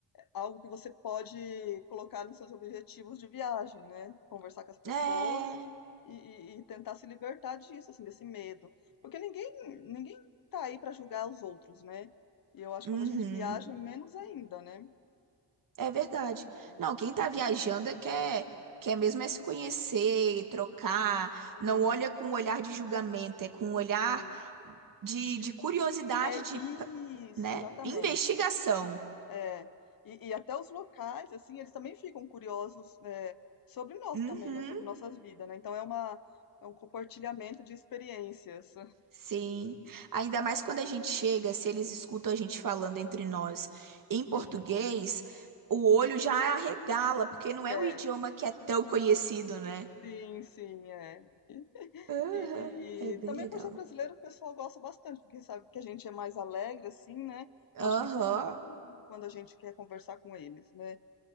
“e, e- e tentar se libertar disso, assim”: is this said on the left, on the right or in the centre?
Left